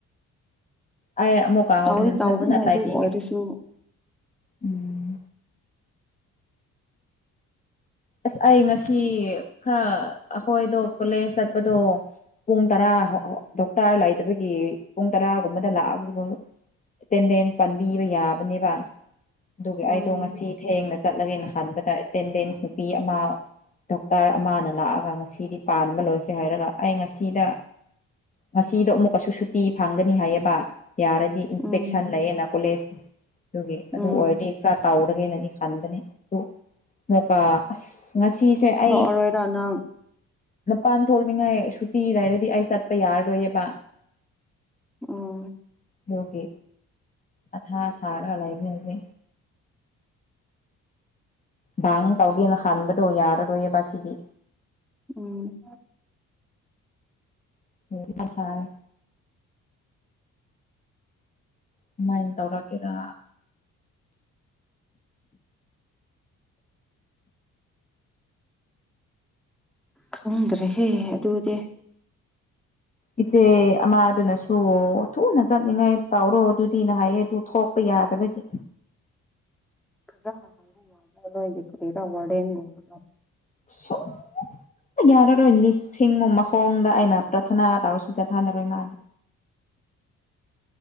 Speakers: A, on the left (about 25°); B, in the centre.
A: ꯑꯩ ꯑꯃꯨꯛꯀ ꯍꯧꯔꯟ
B: ꯇꯧꯗꯤ ꯇꯧꯕꯅꯦ
A: ꯐꯖꯅ ꯇꯩꯕꯤꯒꯦ
B: ꯑꯗꯨ ꯑꯣꯏꯔꯁꯨ
A: ꯎꯝ ꯑꯁ ꯑꯩ ꯉꯁꯤ ꯈꯔ ꯑꯩꯈꯣꯏꯗꯣ ꯀꯣꯂꯦꯖ ꯆꯥꯠꯄꯗꯣ ꯄꯨꯡ ꯇꯔꯥ ꯗꯣꯛꯇꯔ ꯂꯩꯗꯕꯒꯤ ꯄꯨꯡ ꯇꯔꯥꯒꯨꯝꯕꯗ ꯂꯥꯛꯑꯒꯁꯨ ꯑꯦꯇꯦꯟꯗꯦꯟꯁ ꯄꯥꯟꯕꯤꯕ ꯌꯥꯕꯅꯦꯕ ꯑꯗꯨꯒꯤ
B: ꯎꯝ
A: ꯑꯩꯗꯣ ꯉꯁꯤ ꯊꯦꯡꯅ ꯆꯠꯂꯒꯦ ꯍꯟꯕꯗ ꯑꯦꯇꯦꯟꯗꯦꯟꯁ ꯅꯨꯄꯤ ꯑꯃ ꯗꯣꯛꯇꯔ ꯑꯃꯅ ꯂꯥꯛꯑꯒ ꯉꯁꯤꯗꯤ ꯄꯥꯟꯕ ꯂꯣꯏꯈ꯭ꯔꯦ ꯍꯥꯏꯔꯒ ꯑꯩ ꯉꯁꯤꯗ ꯉꯁꯤꯗꯣ ꯑꯃꯨꯛꯀꯁꯨ ꯁꯨꯇꯤ ꯐꯪꯒꯅꯤ ꯍꯥꯏꯌꯦꯕ ꯌꯥꯔꯗꯤ ꯏꯟꯁꯄꯦꯛꯁꯟ
B: ꯎꯝ
A: ꯂꯩꯌꯦꯅ ꯀꯣꯂꯦꯖ ꯑꯗꯨꯒꯤ ꯑꯗꯨ
B: ꯎꯝ
A: ꯑꯣꯏꯔꯗꯤ ꯈꯔ ꯇꯧꯔꯒꯦꯅꯗꯤ ꯈꯟꯕꯅꯦ ꯑꯗꯨ ꯃꯨꯀꯥ ꯑꯁ ꯉꯁꯤꯁꯦ ꯑꯩ
B: ꯂꯣꯏꯔꯕ꯭ꯔ ꯅꯪ
A: ꯃꯄꯥꯟ ꯊꯣꯛꯅꯤꯡꯉꯥꯏ ꯁꯨꯇꯤ ꯂꯩꯔꯗꯤ ꯑꯩ ꯆꯥꯠꯄ ꯌꯥꯔꯔꯣꯏꯌꯦꯕ
B: ꯎꯝ
A: ꯗꯨꯒꯤ ꯑꯊꯥ ꯁꯥꯔꯒ ꯂꯩꯕꯅꯦ ꯍꯧꯖꯤꯛ ꯗꯥꯡ ꯇꯧꯒꯦꯅ ꯈꯟꯕꯗꯣ ꯌꯥꯔꯔꯣꯏꯌꯦꯕ ꯁꯤꯗꯤ
B: ꯎꯝ
A: <unintelligible> ꯀꯃꯥꯏꯅ ꯇꯧꯔꯛꯀꯦꯔꯥ
B: ꯈꯪꯗ꯭ꯔꯦꯍꯦ ꯑꯗꯨꯗꯤ
A: ꯏꯆꯦ ꯑꯃꯥꯗꯨꯅꯁꯨ ꯊꯨꯅꯥ ꯆꯠꯅꯤꯡꯉꯥꯏ ꯇꯧꯔꯣ ꯑꯗꯨꯗꯤ ꯅ ꯍꯥꯏꯌꯦ ꯑꯗꯨ ꯊꯣꯛ ꯄ ꯌꯥꯗꯕꯒꯤ
B: <unintelligible>
A: <unintelligible> ꯌꯥꯔꯔꯣꯏ ꯂꯤꯁꯤꯡꯃꯥ ꯃꯈꯣꯡꯗ ꯑꯩꯅ ꯄ꯭ꯔꯊꯅꯥ ꯇꯧꯔꯁꯨ ꯆꯠꯊꯟꯅꯔꯣꯏ ꯃꯥꯗꯤ